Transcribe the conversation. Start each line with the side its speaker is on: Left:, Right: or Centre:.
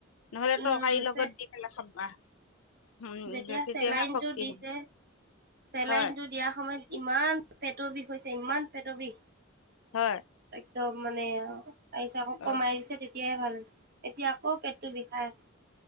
Left: নহলে
Right: উম
Left: তৰকাৰীৰ লগত
Right: চে
Left: দি পেলাই খাবা। উম
Right: যেতিয়া
Left: তেতিয়াহে
Right: চেলাইনটো
Left: শক্তি
Right: দিছে-
Left: হ'ব
Right: চেলাইনটো
Left: হয়
Right: দিয়াৰ সময়ত ইমান পেটৰ বিষ হৈছে ইমান পেটৰ বিষ-
Left: হয়ঁ।
Right: একদম মানে আও তাৰপিছত আকৌ
Left: অ
Right: কমাই দিছে তেতিয়াহে ভাল হৈছে। এতিয়া আকৌ পেটটো বিষাই আছে।